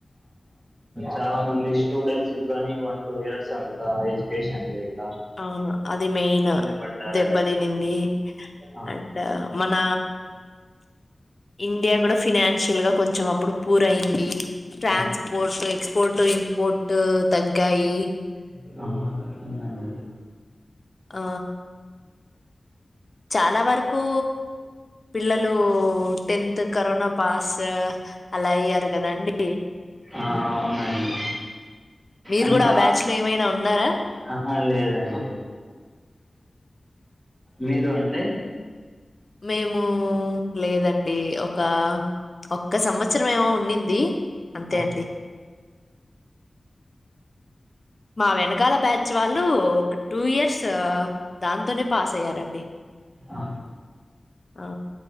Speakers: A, on the right (about 20°); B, on the left (about 45°).
A: చాలా మంది స్టూడెంట్స్ కానీ వన్ టూ ఇయర్స్ అంతా ఎడ్యుకేషన్ లైక్
B: ఆనా అది అది మెయిన్
A: పడ్డారండి
B: దెబ్బ తినింది
A: ఆ,
B: అండ్ మన ఇండియా కూడా ఫినాన్షియల్ గా కొంచెం అప్పుడు పూర్ అయ్యింది ట్రాన్స్పోర్ట్
A: ఆ, ఆ,
B: ఎక్స్పోర్ట్ ఇంపోర్ట్ తగ్గాయి
A: <unintelligible> అండి
B: ఆ చాలా వరకు పిల్లలు టెన్త్ కరోనా పాస్ అలా అయ్యారు కదాండి
A: ఆ, అవునండి
B: మీరు
A: అంటే
B: కూడా
A: ఆ-
B: బ్యాచ్ లో ఏమైనా ఉన్నారా
A: ఆ, లేదండి మీరు అండి
B: మేము హు లేదండి ఒక ఒక్క సంవత్సరం ఏమో ఉన్నింది అంతే
A: ఆ
B: అండి మా వెనకాల బ్యాచ్ వాళ్ళు ఒక టూ ఇయర్స్ దాంతోనే పాస్ అయ్యారండి
A: ఆ.
B: ఆ